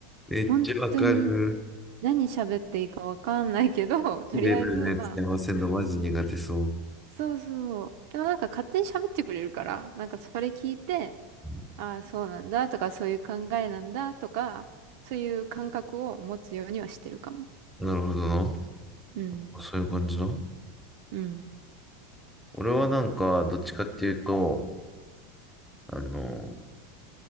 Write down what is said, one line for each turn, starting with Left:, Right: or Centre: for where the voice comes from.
Centre: めっちゃわかる。
Right: 本当に何喋っていいかわかんないけど、<laughs> とりあえず、
Centre: レベルのやつに合わせるのマジ苦手そう。
Right: まあ、そうそう。でもなんか勝手に喋ってくれるから、なんかそれ聞いて、
Centre: うん、
Right: ああ、そうなんだとか、そういう考えなんだとか、そういう感覚を持つようにはしてるかも。
Centre: なるほどな。
Right: うん。
Centre: そういう感じな。
Right: うん。
Centre: 俺はなんか、どっちかっていうと、あの、